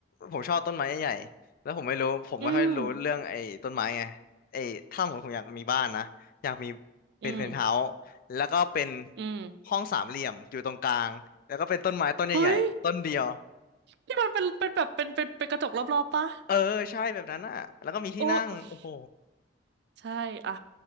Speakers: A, on the left; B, on the right.
A: ผมชอบต้นไม้ใหญ่ๆแล้วผมไม่รู้ผมไม่ค่อยรู้เรื่องไอ้ต้นไม้ไง
B: อืม
A: ไอ้ถ้าผมผมอยากมีบ้านนะอยากมีเป็นเพนท์เฮาส์
B: อืม
A: แล้วก็เป็น
B: อืม
A: ห้องสามเหลี่ยมอยู่ตรงกลางแล้วก็เป็นต้นไม้ต้นใหญ่ๆต้นเดียว
B: เฮ้ยนี่มันเป็นเป็นแบบเป็นเป็นเป็นกระจกรอบๆปะ
A: เออใช่แบบนั้นอ่ะแล้วก็มีที่นั่งโอ้โห
B: โอ้ใช่อ่ะ